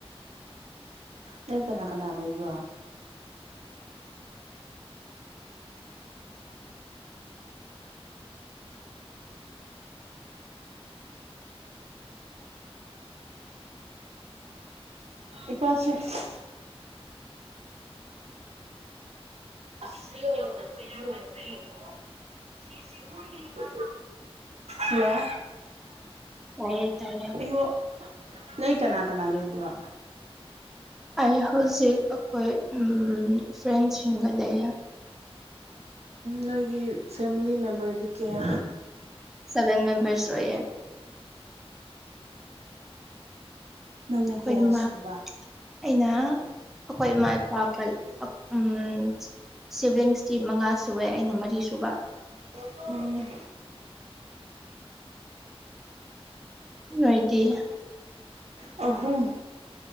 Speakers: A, on the right; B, in the centre.
A: ꯅꯣꯏ ꯀꯅꯥ ꯀꯅꯥ ꯂꯩꯕ꯭ꯔꯣ ꯏꯄꯥꯁꯤꯛꯁ <unintelligible> <inaudible> ꯍꯜꯂꯣ
B: ꯇꯥꯏꯌꯦ ꯇꯥꯏꯌꯦ
A: ꯑꯩꯌꯣ ꯅꯣꯏ ꯀꯅꯥ ꯀꯅꯥ ꯂꯩꯕ꯭ꯔꯣ
B: ꯑꯩ ꯍꯧꯖꯤꯛ ꯑꯩꯈꯣꯏ ꯐ꯭ꯔꯦꯟꯁꯤꯡꯒ ꯂꯩꯌꯦ
A: ꯅꯣꯏꯒꯤ ꯐꯦꯃꯤꯂꯤ ꯃꯦꯝꯕꯔꯗꯤ ꯀꯌꯥ
B: ꯁꯦꯕꯦꯟ ꯃꯦꯝꯕꯔꯁ ꯑꯣꯏꯌꯦ
A: ꯅꯪꯅ
B: ꯑꯩꯈꯣꯏ
A: ꯀꯌꯥ
B: ꯏꯃꯥ
A: ꯁꯨꯕ
B: ꯑꯩꯅ ꯑꯩꯈꯣꯏ ꯏꯃꯥ ꯏꯄꯥ ꯄ ꯎꯝ ꯁꯤꯚꯂꯤꯡꯁꯇꯤ ꯃꯉꯥ ꯁꯨꯋꯦ ꯑꯩꯅ ꯃꯔꯤ ꯁꯨꯕ
A: ꯎꯝ
B: ꯅꯣꯏꯗꯤ
A: ꯑꯍꯨꯝ